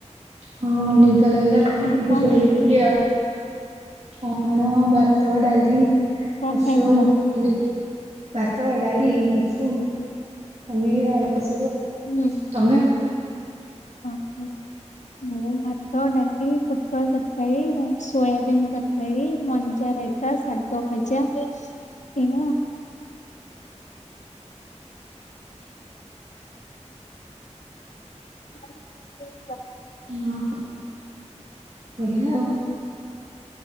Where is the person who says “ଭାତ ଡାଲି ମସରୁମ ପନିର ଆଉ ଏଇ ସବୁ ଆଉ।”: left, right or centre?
Right